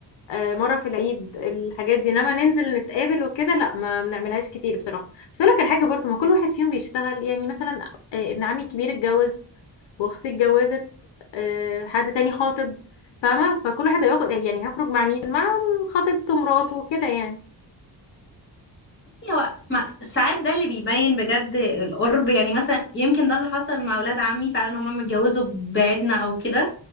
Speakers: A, on the left; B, on the left.
A: آه مرة في العيد الحاجات دي انما ننزل نتقابل وكده لا ما بنعملهاش كتير بصراحة بس اقول لك الحاجة برضو ما كل واحد فيهم بيشتغل يعني مثلا آه ابن عمي الكبير اتجوز واختي اتجوزت آه حد تاني خاطب فاهمة فكل واحد هياخد يعني هيخرج مع مين مع خطيبته مراته وكده يعني
B: بصي، هو ما- ساعات ده اللي بيبين بجد القرب يعني مثلا يمكن ده اللي حصل مع ولاد عمي فعلا هما متجوزوا بعيدنا أو كده